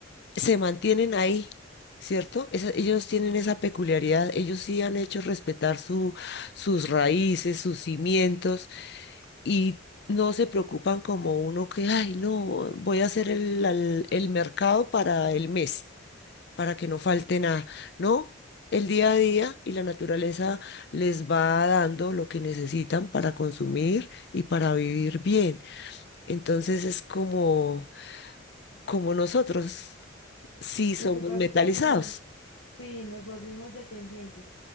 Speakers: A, on the left (about 55°); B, on the left (about 75°).
A: se mantienen ahí, ¿cierto? Esa- ellos tienen esa peculiaridad, ellos sí han hecho respetar su, sus raíces, sus cimientos y... No se preocupan como uno que, ay, no, voy a hacer el al- el mercado para el mes para que no falte nada, ¿no? El día a día y la naturaleza les va dando lo que necesitan para consumir y para vivir bien. Entonces es como, como nosotros, sí somos
B: Lo que pasa
A: metalizados,
B: es que no, Sí, nos volvimos dependientes.